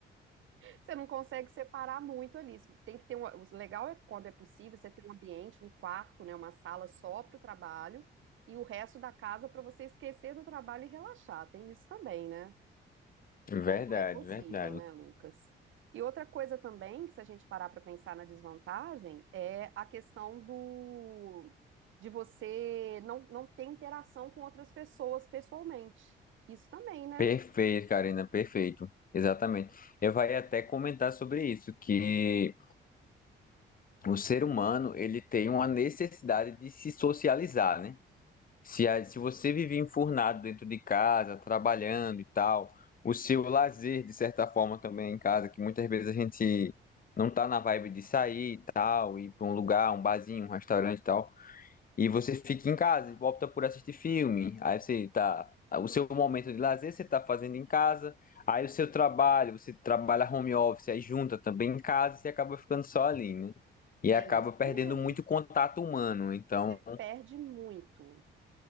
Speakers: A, on the right (about 75°); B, on the left (about 45°).
A: Você não consegue separar muito ali. Isso Tem que ter um, o legal é quando é possível você ter um ambiente, um quarto, né, uma sala só para o trabalho e o resto da casa para você esquecer do trabalho e relaxar. Tem isso também, né?
B: Verdade,
A: Quando é possível,
B: verdade.
A: né, Lucas? E outra coisa também, que se a gente parar para pensar na desvantagem, é a questão do de você não, não ter interação com outras pessoas pessoalmente. Isso também, né?
B: Perfeito, Karina, perfeito. Exatamente. Eu vai até comentar sobre isso, que o ser humano, ele tem uma necessidade de se socializar, né? Se, a- se você vive enfurnado dentro de casa, trabalhando e tal, o seu lazer, de certa forma, também é em casa, que muitas vezes a gente não tá na vibe de sair e tal, ir para um lugar, um barzinho, um restaurante e tal. E você fica em casa, e opta por assistir filme. Aí você tá. O seu momento de lazer você tá fazendo em casa. Aí o seu trabalho, você trabalha home office, aí junta também em casa, você acaba ficando só ali, né? E
A: É
B: acaba
A: isso
B: perdendo
A: mesmo.
B: muito contato humano. Então,
A: Você perde muito.